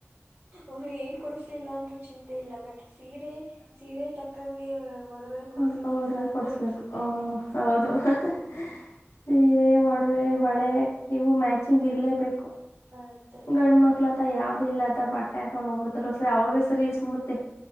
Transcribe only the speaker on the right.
ಅವರು ಏನ್ ಕೊಡಸ್ಲಿಲ್ಲ ಅಂದ್ರರು ಚಿಂತೆ ಇಲ್ಲ ಬಟ್ ಸೀರೆ ಸೀರೆ <unintelligible> ಒಡವೆ ಕೊಡ್ಸಿದ್ರೆ
ಸಾಕು
ಅನ್ಸುತ್ತೆ
ಹ್ಮ್ ಹ್ಮ್
<unintelligible>